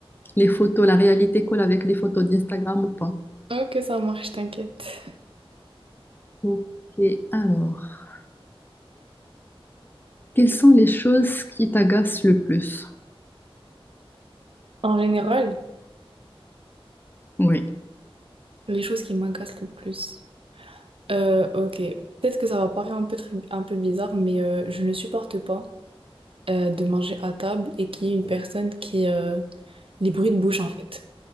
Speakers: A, on the left (about 20°); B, on the right (about 65°).
A: les photos, la réalité colle avec les photos d'Instagram ou pas.
B: Ok, ça marche, t'inquiète.
A: Ok, alors, quelles sont les choses qui t'agacent le plus?
B: En général,
A: Oui.
B: les choses qui m'agacent le plus. Euh, ok. Peut-être que ça va paraître un peu, tr- un peu bizarre, mais euh, je ne supporte pas euh, de manger à table et qu'il y ait une personne qui... euh, les bruits de bouche, en fait.